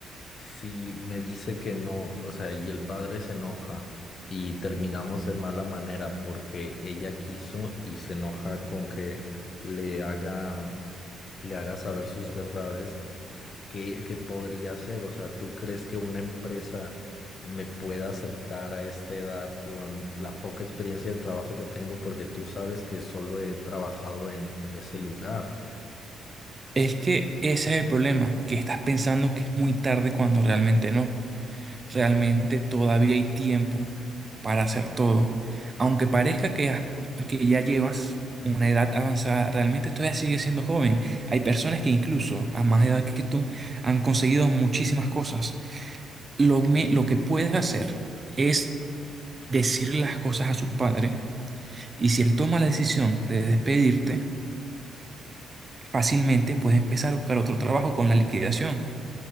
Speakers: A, on the left; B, on the right.
A: si me dice que no, o sea, y el padre se enoja y terminamos de mala manera porque ella quiso y se enoja con que le haga, le haga saber sus verdades. ¿Qué, qué podría hacer? O sea, ¿tú crees que una empresa me pueda aceptar a esta edad con la poca experiencia de trabajo que tengo? Porque tú sabes que solo he trabajado en, en ese lugar.
B: Es que ese es el problema, que estás pensando que es muy tarde cuando realmente no. Realmente todavía hay tiempo para hacer todo. Aunque parezca que, has- que ya llevas una edad avanzada, realmente todavía sigues siendo joven. Hay personas que incluso a más edad que tú han conseguido muchísimas cosas. Lo, me- lo que puedes hacer es decirle las cosas a su padre y si él toma la decisión de despedirte, fácilmente puedes empezar a buscar otro trabajo con la liquidación.